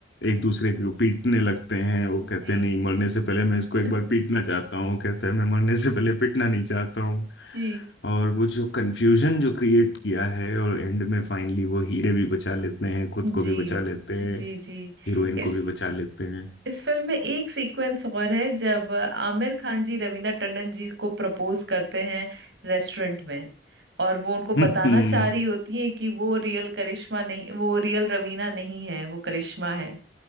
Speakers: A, on the left (about 75°); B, on the right (about 75°).
A: एक दूसरे को पीटने लगते हैं वो कहते
B: जी
A: हैं नहीं मरने से पहले मैं इसको
B: <laughs>
A: एक बार पीटना चाहता हूँ कहता है मैं मरने से पहले पीटना नहीं चाहता हूँ
B: जी
A: और वो जो कन्फ्यूजन जो क्रिएट किया है और एंड में फाइनली वो हीरे भी बचा लेते हैं खुद
B: जी
A: को भी बचा लेते
B: जी
A: हैं
B: जी
A: हीरोइन को
B: इस
A: भी बचा लेते हैं
B: इस फिल्म में एक सीक्वेंस और है जब आमिर खान जी रवीना टंडन जी को प्रपोज करते हैं रेस्टोरेंट में और वो उनको
A: <laughs>
B: बताना चाह रही होती है कि वो रियल करिश्मा नहीं वो रियल रवीना नहीं है वो करिश्मा है